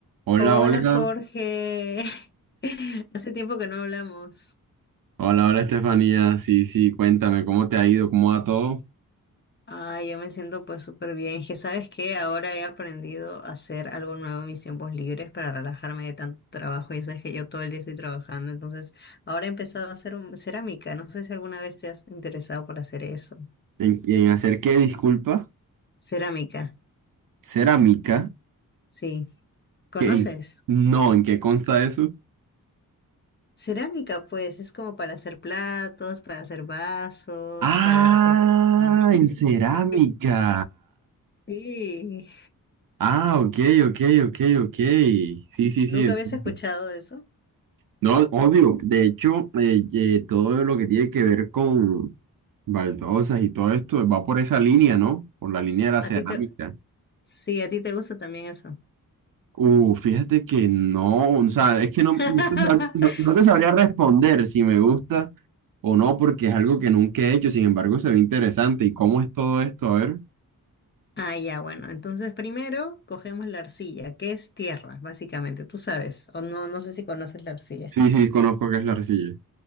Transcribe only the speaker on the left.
Hola
Jorge, <laughs> hace tiempo que no hablamos.
Ay, yo me siento pues súper bien. Que sabes que ahora he aprendido a hacer algo nuevo en mis tiempos libres para relajarme de tanto trabajo. Ya sabes que yo todo el día estoy trabajando, entonces ahora he empezado a hacer un- cerámica. No sé si alguna vez te has interesado por hacer eso.
Cerámica,
sí. ¿Conoces?
Cerámica, pues es como para hacer platos, para hacer vasos,
para hacer este. <laughs>
Sí.
Nunca
habías escuchado de eso.
A
ti te... Sí, a ti te gusta también eso.
<laughs>
Ah, ya, bueno. Entonces primero cogemos la arcilla, que es tierra, básicamente. Tú sabes, o no, no sé si conoces la arcilla.